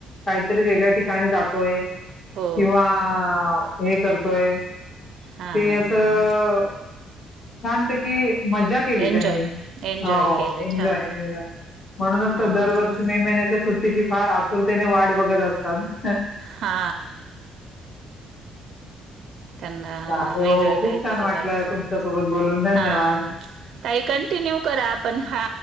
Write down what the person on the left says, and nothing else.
काहीतरी वेगळ्या ठिका ठिकाणी जातोय.
किंवा हे करतोय.
ते असं
शांत की मजा केली
त्यांनी
हो
एन्जॉय
एन्जॉय म्हणूनचं
दरवर्षी मे महिन्याच सुट्टीची फार आतुरतेने वाट बघत असतात.
चालेल
हो खूप
छान वाटलं
तुमच्यासोबत बोलून धन्यवाद